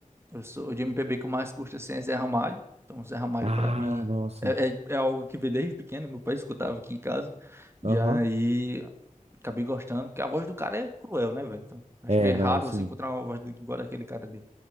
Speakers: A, on the right; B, on the right.
A: Eu sou de MPB que eu mais curto assim, é Zé Ramalho. Então, Zé Ramalho,
B: Ah,
A: pra mim,
B: nossa.
A: é, é, é algo que veio desde pequeno. Meu pai escutava aqui em casa. E
B: Aham.
A: aí, acabei gostando. Porque a voz do cara é cruel, né, velho? Então, acho
B: É,
A: que é
B: não,
A: raro
B: sim.
A: você encontrar uma voz igual daquele cara ali.